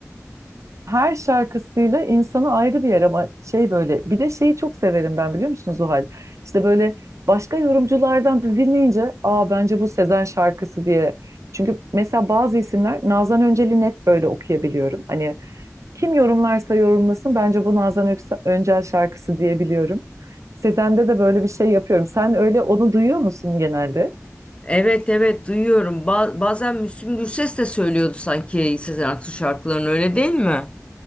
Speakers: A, on the right; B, on the left.
A: Her şarkısıyla insanı ayrı bir yer ama şey böyle bir de şeyi çok severim ben biliyor musunuz o hal? İşte böyle başka yorumculardan da dinleyince aa bence bu Sezen şarkısı diye. Çünkü mesela bazı isimler Nazan Öncel'i net böyle okuyabiliyorum. Hani kim yorumlarsa yorumlasın bence bu Nazan Ökse- Öncel şarkısı diyebiliyorum. Sezen'de de böyle bir şey yapıyorum. Sen öyle onu duyuyor musun genelde?
B: Evet evet duyuyorum. Ba- bazen Müslüm Gürses de söylüyordu sanki Sezen Aksu şarkılarını öyle değil mi?